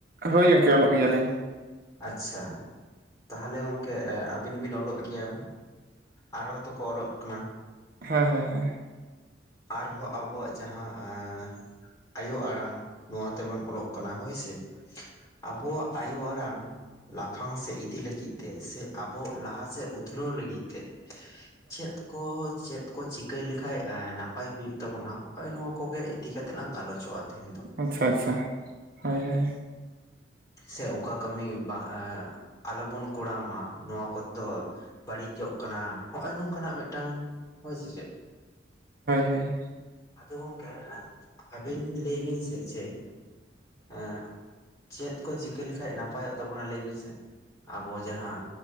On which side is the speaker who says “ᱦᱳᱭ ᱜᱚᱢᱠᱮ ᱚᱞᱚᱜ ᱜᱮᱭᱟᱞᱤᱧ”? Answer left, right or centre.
Right